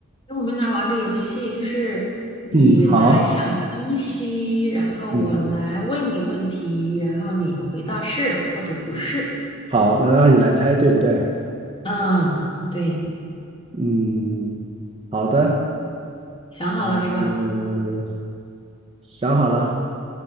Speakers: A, on the left (about 25°); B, on the right (about 25°).
A: 那我们来玩个游戏，就是你来想一个东西，
B: 嗯，好，
A: 然后我来问你问题，
B: 嗯，
A: 然后你回答是或者不是。
B: 好，那让你来猜，对不对？
A: 嗯，对，
B: 嗯，好的，
A: 想好了是吧？
B: 嗯，想好了，